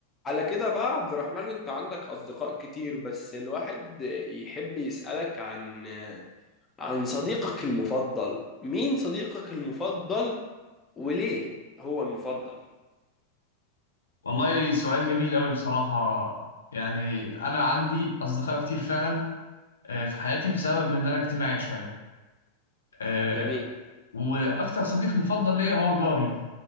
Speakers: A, on the left; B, on the left.
A: على كده بقى عبد الرحمن انت عندك اصدقاء كتير بس الواحد يحب يسألك عن عن صديقك المفضل مين صديقك المفضل وليه هو المفضل
B: والله سؤال جميل قوي بصراحة يعني أنا عندي أصدقاء كتير فعلا آه، في حياتي بسبب إن أنا اجتماعي شوية آه،
A: جميل
B: وأكتر صديق مفضل ليا هو جاري